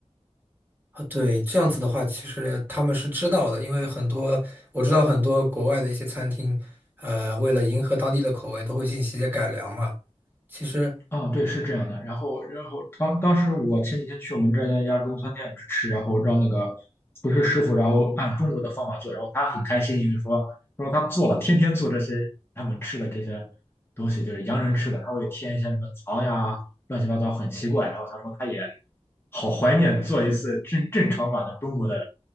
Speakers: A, on the right (about 15°); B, on the left (about 20°).
A: 啊，对，这样子的话，其实他们是知道的，因为很多我知道很多国外的一些餐厅，呃，为了迎合当地的口味，都会进行一些改良嘛。其实
B: 啊，对，是这样的。然后，然后当当时我前几天去我们这家一家中餐店吃，然后让那个厨师师傅，然后按中国的方法做，然后他很开心，因为说说他做了，天天做这些他们吃的这些东西，就是洋人吃的，他会添一些什么糖呀，乱七八糟，很奇怪。然后他说他也好怀念做一次正正常版的中国的